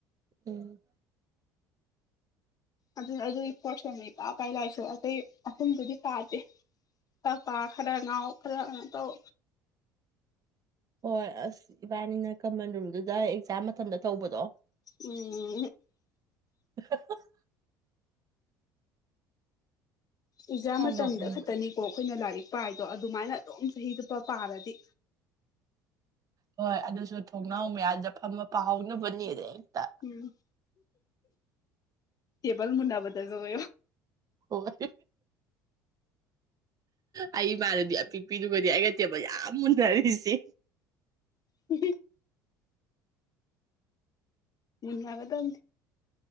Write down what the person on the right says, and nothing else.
ꯎꯝ
ꯍꯣꯏ ꯑꯁ ꯏꯕꯥꯅꯤꯅ ꯀꯃꯟ ꯔꯨꯝꯗꯨꯗ ꯑꯦꯛꯖꯥꯝ ꯃꯇꯝꯗ ꯇꯧꯕꯗꯣ
<unintelligible>
ꯌꯥꯝ
ꯅꯣꯛꯅꯤꯡꯕ
ꯍꯣꯏ ꯑꯗꯨꯁꯨ ꯊꯣꯡꯅꯥꯎ ꯃꯌꯥꯗ ꯐꯝꯃ ꯄꯥꯍꯥꯎꯅꯕꯅꯦꯗ ꯍꯦꯛꯇ
ꯍ ꯑꯩ ꯏꯃꯥꯅꯗꯤ ꯑꯄꯤꯛꯄꯤꯗꯨꯒꯗꯤ ꯑꯩꯒꯠꯇꯦꯕ ꯌꯥꯝ ꯃꯨꯟꯅꯔꯤꯁꯦ